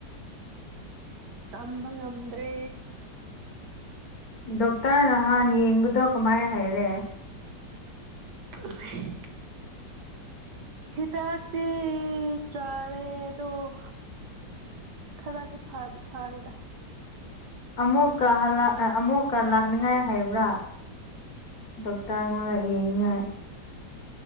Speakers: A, on the right; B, on the left.
A: ꯇꯝꯕ ꯉꯝꯗ꯭ꯔꯦ
B: ꯗꯣꯛꯇꯔ ꯅꯍꯥꯟ ꯌꯦꯡꯕꯗꯣ ꯀꯃꯥꯏ ꯍꯥꯏꯔꯦ
A: <unintelligible> ꯍꯤꯗꯥꯛꯇꯤ ꯆꯥꯔꯦ ꯑꯗꫭ ꯈꯔꯗꯤ ꯐꯥꯗꯤ ꯐꯥꯔꯦꯗꯥ
B: ꯑꯃꯨꯛꯀ ꯍꯜꯂꯥꯛ ꯑꯃꯨꯛꯀ ꯂꯥꯛꯅꯤꯉꯥꯏ ꯍꯥꯏꯕ꯭ꯔꯥ ꯗꯣꯛꯇꯔ ꯑꯩꯉꯣꯟꯗ ꯌꯦꯡꯅꯤꯉꯥꯏ